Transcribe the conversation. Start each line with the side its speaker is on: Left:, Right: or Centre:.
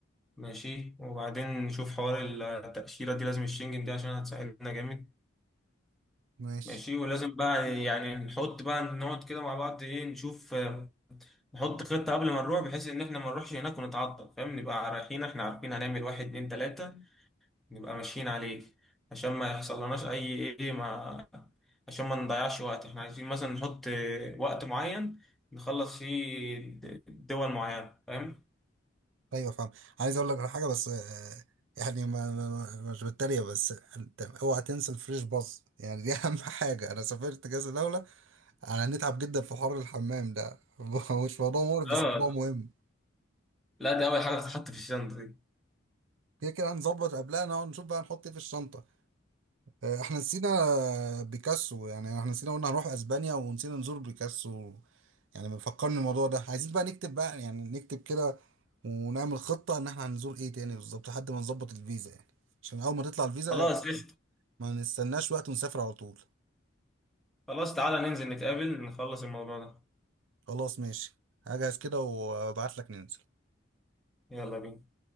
Centre: ماشي وبعدين نشوف حوار التاشيره دي لازم الشنجن دي عشان هتساعدنا جامد
Right: ماشي
Centre: ماشي ولازم بقى يعني نحط بقى نقعد كده مع بعض ايه نشوف نحط خطه قبل ما نروح بحيث ان احنا ما نروحش هناك ونتعطل فاهم نبقى رايحين احنا عارفين هنعمل واحد اتنين تلاته نبقى ماشيين عليه عشان ما يحصل لناش اي ايه ما عشان ما نضيعش وقت احنا عايزين مثلا نحط وقت معين نخلص فيه دول معينة فاهم
Right: ايوه فاهم عايز اقول لك على حاجه بس آه، يعني ما ما- ما- مش بتريق بس انت اوعى تنسى الفريش باص يعني دي <laughs> اهم حاجه انا سافرت كذا دوله انا نتعب جدا في حوار الحمام ده <laughs> مش موضوع مقرف بس
Centre: اه
Right: موضوع مهم
Centre: لا دي اول حاجة بتتحط في الشنطة دي
Right: كده كده هنظبط قبلها نقعد نشوف بقى نحط ايه في الشنطه آه، احنا نسينا بيكاسو يعني احنا نسينا قلنا هنروح اسبانيا ونسينا نزور بيكاسو يعني ما فكرني الموضوع ده عايزين بقى نكتب بقى يعني نكتب كده ونعمل خطه ان احنا هنزور ايه تاني بالظبط لحد ما نظبط الفيزا يعني عشان اول ما تطلع الفيزا
Centre: خلاص قشطة
Right: ما نستناش وقت ونسافر على طول
Centre: خلاص تعالى ننزل نتقابل نخلص الموضوع ده
Right: خلاص ماشي هجهز كده وابعت لك ننزل
Centre: يلا بينا